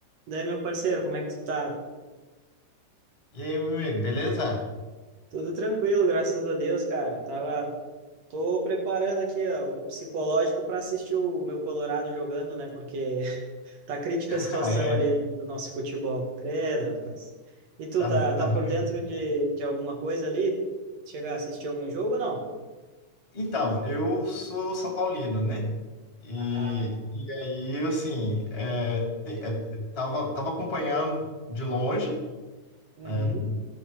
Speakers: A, on the right; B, on the left.
A: Daí, meu parceiro, como é que tu tá?
B: E aí, meu amigo, beleza? <laughs>
A: Tudo tranquilo, graças a Deus, cara. Tava, tô preparando aqui, ó, o psicológico para assistir o meu Colorado jogando, né? Porque <laughs> tá crítica a situação
B: Ah, é.
A: ali do nosso futebol. Credo, rapaz. E tu
B: Tá,
A: tá, tá
B: tá ruim.
A: por dentro de, de alguma coisa ali? Chega a assistir algum jogo ou não?
B: Então, eu sou São Paulino, né? E,
A: Ah,
B: e aí, assim, é, te- é, tava, tava acompanhando de longe,
A: uhum.
B: né?